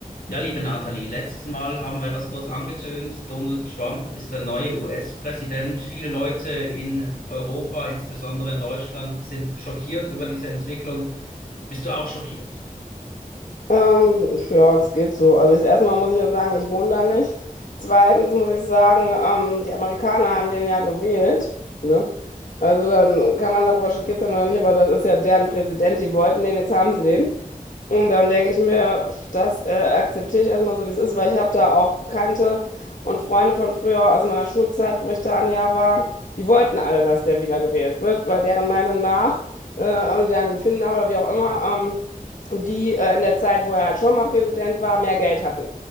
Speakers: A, on the left; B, on the left.
A: Ja, liebe Nathalie, letztes Mal haben wir das kurz angetönt. Donald Trump ist der neue US-Präsident. Viele Leute in Europa, insbesondere in Deutschland, sind schockiert über diese Entwicklung. Bist du auch schockiert?
B: Ähm, ja, es geht so. Also ich, erstmal muss ich ja sagen, ich wohne da nicht. Zweitens muss ich sagen, ähm, die Amerikaner haben den ja gewählt, ne? Also dann kann man darüber schockiert sein oder nicht, aber das ist ja deren Präsident, die wollten den, jetzt haben sie den. Und dann denke ich mir, pf, das äh, akzeptiere ich erstmal so, wie es ist, weil ich habe da auch Bekannte und Freunde von früher aus meiner Schulzeit, wo ich da ein Jahr war, die wollten alle, dass der wiedergewählt wird, weil deren Meinung nach, äh, also deren Empfinden nach oder wie auch immer, ähm, die äh, in der Zeit, wo er halt schon mal Präsident war, mehr Geld hatten.